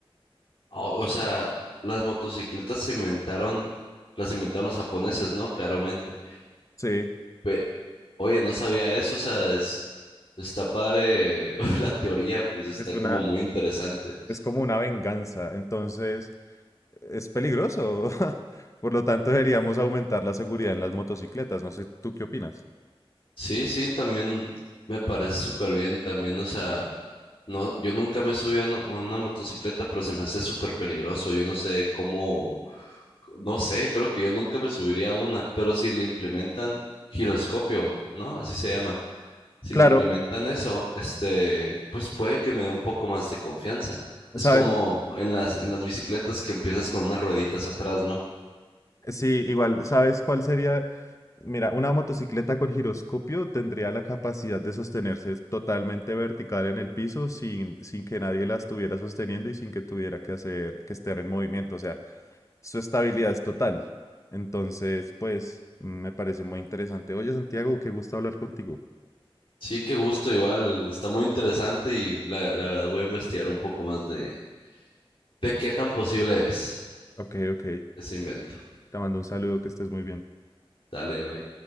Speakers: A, on the left (about 60°); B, on the left (about 30°).
A: O, o sea, las motocicletas se inventaron, las inventaron los japoneses, ¿no? Claramente.
B: Sí,
A: Ve, oye, no sabía eso, o sea, es- está padre <laughs> la teoría, pues está
B: es una,
A: como muy interesante.
B: es como una venganza, entonces es peligroso. <laughs> Por lo tanto, deberíamos aumentar la seguridad en las motocicletas. No sé, ¿tú qué opinas?
A: Sí, sí, también me parece súper bien, también, o sea, no, yo nunca me subí a una, una motocicleta, pero se me hace súper peligroso, yo no sé cómo, no sé, creo que yo nunca me subiría a una, pero si le implementan giroscopio, ¿no? Así se llama. si
B: Claro,
A: le implementan eso, este, pues puede que me dé un poco más de confianza.
B: ¿sabes?
A: Es como en las, en las bicicletas que empiezas con unas rueditas atrás, ¿no?
B: Sí, igual, ¿sabes cuál sería? Mira, una motocicleta con giroscopio tendría la capacidad de sostenerse totalmente vertical en el piso sin, sin que nadie la estuviera sosteniendo y sin que tuviera que hacer que estar en movimiento. O sea, su estabilidad es total. Entonces, pues, mm, me parece muy interesante. Oye, Santiago, qué gusto hablar contigo.
A: Sí, qué gusto, igual, está muy interesante y la, la verdad voy a investigar un poco más de, de qué tan posible es
B: Ok, ok.
A: ese invento.
B: Te mando un saludo, que estés muy bien.
A: Dale, bye.